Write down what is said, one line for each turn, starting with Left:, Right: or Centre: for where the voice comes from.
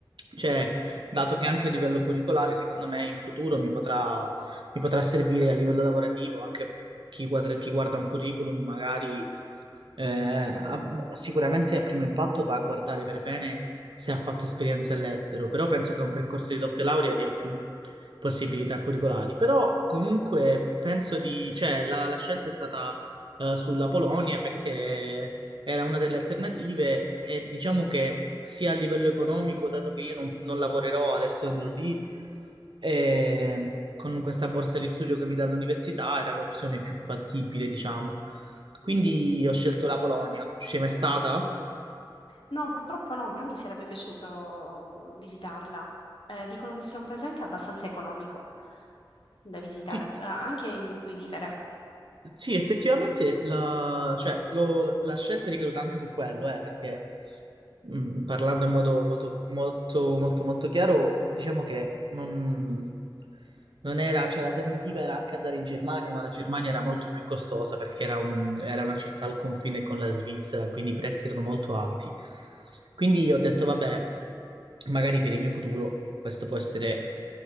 Right: Cioè, dato che anche a livello curricolare, secondo me in futuro mi potrà, mi potrà servire a livello lavorativo, anche chi, guarda chi guarda un curriculum magari eh, a- sicuramente a primo impatto va a guardare per bene s- se ha fatto esperienze all'estero, però penso che un percorso di doppia laurea dia più possibilità curricolari. Però comunque penso di, cioè la, la scelta è stata eh, sulla Polonia perché era una delle alternative e diciamo che sia a livello economico, dato che io non, non lavorerò adesso andrò lì, e con questa borsa di studio che mi dà l'università era l'opzione più fattibile, diciamo. Quindi ho scelto la Polonia. Ci sei mai stata?
Left: No, purtroppo no, però mi sarebbe piaciuto uhm, visitarla. Eh, dicono che sia un paese anche abbastanza economico da visitare,
Right: Sì,
Left: eh, anche in cui vivere.
Right: sì, effettivamente la, cioè, lo- la scelta è ricaduta anche su quello, eh, perché Mm, parlando in modo molto, molto, molto, molto chiaro, diciamo che non, non era, cioè l'alternativa era anche andare in Germania, ma la Germania era molto più costosa perché era, un- era una città al confine con la Svizzera, quindi i prezzi erano molto alti. Quindi ho detto, vabbè, magari per il mio futuro questo può essere